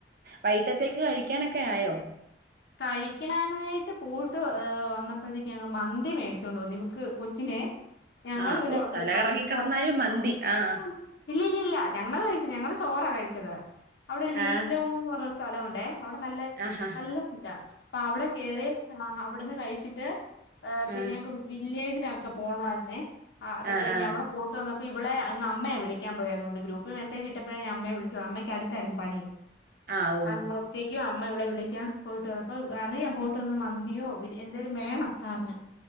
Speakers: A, on the right; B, on the left.
A: വൈകട്ടത്തേക്ക് കഴിക്കാനൊക്കെ ഒക്കെ ആയൊ
B: കഴിക്കണാനായിട്ട് പോയിട്ട് വന്നപ്പോഴത്തേക്ക് ഞങ്ങൾ മന്തി മേടിച്ചോണ്ട് വന്നു ഇവക്ക് കൊച്ചിനെ ഞങ്ങളു
A: ആഹ്
B: പിന്നവിടുന്നെ
A: ഓ തല
B: കഴിച്ച
A: കറങ്ങി കിടന്നാലും
B: <unintelligible>
A: മന്തി ആഹ്
B: ഇല്ലില്ലില്ല ഞങ്ങള് കഴിച്ച് ഞങ്ങള് ചോറാ കഴിച്ചത് അവിടെ ഒരു വീട്ടിലെ
A: ആഹ്
B: ഊൺന്ന് പറഞ്ഞ സ് സ്ഥലമുണ്ടേ അവിടെ നല്ലേ
A: ആഹാ
B: നല്ല അപ്പ അവിടെ കേറിയെ ഞ ആ അവിടന്ന് കഴിച്ചിട്ട് ഏ പിന്നെ
A: ആഹ്
B: ഞങ്ങക്ക് വില്ലേജ് ക്കെ പോണമാരുന്നേ അത്
A: ആഹ്
B: കഴിഞ്ഞ് അവിടെ പോയിട്ട് വന്ന പ്പ ഇവളെ ഇന്നമ്മയാ വിളിക്കാൻ പോയെ അതൊണ്ട് ഗ്രൂപ്പി മെസ്സേജ് ഇട്ടപ്പോഴെ ഞാനമ്മയെ വിളിച്ചു പറഞ്ഞു അമ്മക്ക് അടുത്തായിരുന്നു പണി
A: ആഹ് ആഹ് ആഹ് ഓ
B: അങ്ങൊത്തി ക്കാ അമ്മ ഇവളെ വിളിക്കാൻ പോയിട്ട് വന്നപ്പൊ അറിയാം പോയിട്ട് വന്ന മന്തിയോ ബിരി എന്തേലും വേണം സാറിന്